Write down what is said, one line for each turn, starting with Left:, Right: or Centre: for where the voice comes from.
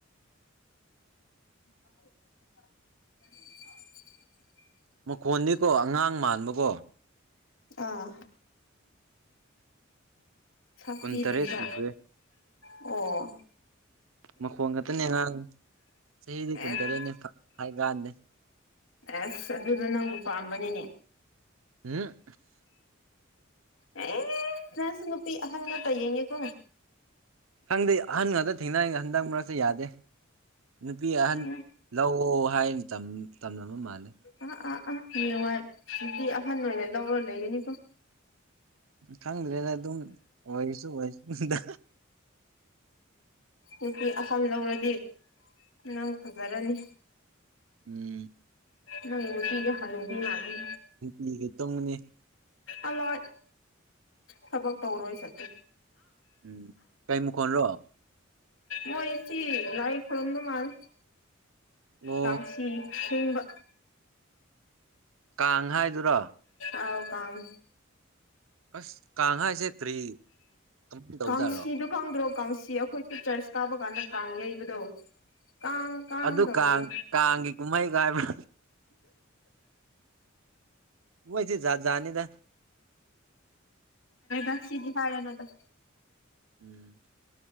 Left: <unintelligible>
Right: ꯃꯈꯣꯟꯗꯤꯀꯣ ꯑꯉꯥꯡ ꯃꯥꯟꯕꯀꯣ
Left: ꯑꯥ ꯁꯛꯇꯤ
Right: ꯀꯨꯟꯇꯔꯦꯠ
Left: ꯂꯤꯕ
Right: ꯁꯨꯈ꯭ꯔꯦ
Left: ꯑꯣ
Right: ꯃꯈꯣꯡ ꯈꯛꯇꯅꯦ ꯑꯉꯥꯡ ꯆꯍꯤꯗꯤ ꯀꯨꯟꯇꯔꯦꯠꯅꯤ
Left: ꯑꯦꯁ
Right: ꯍꯥꯏ ꯀꯥꯟꯗꯦ
Left: ꯑꯁ ꯑꯗꯨꯗꯣ ꯅꯪꯕꯨ ꯄꯥꯝꯕꯅꯤꯅꯦ
Right: ꯎꯝ
Left: ꯑꯦ ꯐꯁ ꯅꯨꯄꯤ ꯑꯍꯜ ꯅ ꯇꯥꯏꯌꯦꯉꯦ ꯀꯣ
Right: ꯈꯪꯗꯦ ꯑꯍꯟ ꯉꯥꯛꯇ ꯊꯦꯡꯅꯔꯤꯉ ꯍꯟꯗꯛ ꯃꯔꯛꯁ ꯌꯥꯗꯦ ꯅꯨꯄꯤ
Left: ꯎꯝ
Right: ꯑꯍꯟ ꯂꯧꯑꯣ ꯍꯥꯏꯅ ꯇꯝꯃꯝꯕ ꯃꯥꯜꯂꯦ
Left: ꯑꯥ ꯑꯥ ꯑꯥ ꯌꯦꯡꯋꯥꯏ ꯅꯨꯄꯤ ꯑꯍꯟ ꯑꯣꯏꯅ ꯂꯧꯔ ꯂꯩꯒꯅꯤꯀꯣ
Right: ꯈꯪꯗ꯭ꯔꯦꯗ ꯑꯗꯨꯝ ꯑꯣꯏꯔꯁꯨ ꯑꯣꯏꯔꯁꯅꯨꯗ
Left: ꯅꯨꯄꯤ ꯑꯍꯟꯂꯧꯔꯗꯤ ꯅꯪ ꯐꯖꯔꯅꯤ
Right: ꯎꯝ
Left: ꯅ ꯅꯨꯄꯤꯗꯣ ꯍꯅꯨꯕꯤ ꯃꯥꯜꯂꯦ
Right: ꯃꯤꯈꯩ ꯇꯨꯡꯉꯅꯤ
Left: ꯑꯜꯂꯣꯢ ꯊꯕꯛ ꯇꯧꯔꯣꯏ ꯁꯊ
Right: ꯎꯝ ꯀꯩꯃꯈꯣꯟꯔꯣ
Left: ꯃꯣꯏ ꯆꯤ ꯂꯥꯏ ꯈꯨꯔꯨꯝꯕ ꯃꯥꯜꯂꯦ
Right: ꯑꯣ
Left: ꯇꯥꯡꯁꯤ ꯈꯤꯡꯕ
Right: ꯀꯥꯡ ꯍꯥꯏꯗꯨꯔꯣ
Left: ꯑꯥꯎ ꯀꯥꯡ
Right: ꯑꯁ ꯀꯥꯡ ꯍꯥꯏꯁꯦ ꯀ꯭ꯔꯤ ꯀꯃꯥꯏꯅ ꯇꯧꯖꯔꯣ
Left: ꯀꯥꯡꯁꯤꯗꯣ ꯈꯪꯗ꯭ꯔꯣ ꯀꯥꯡꯁꯤ ꯑꯩꯈꯣꯏꯒꯤ ꯆꯔꯆ ꯀꯥꯕ ꯀꯥꯟꯗ ꯀꯥꯡ ꯌꯩꯕꯗꯣ ꯀꯥꯡ ꯀꯥꯡ
Right: ꯑꯗꯨ
Left: ꯇꯧꯕꯗꯣ
Right: ꯀꯥꯡꯒꯤ ꯀꯨꯝꯍꯩꯒ ꯍꯥꯏꯕ꯭ꯔꯥ ꯃꯣꯏꯖꯦ ꯖꯥꯖꯥꯠꯅꯤꯗ
Left: ꯑ ꯁꯤꯗꯤ ꯍꯥꯏꯔꯅꯗ
Right: ꯎꯝ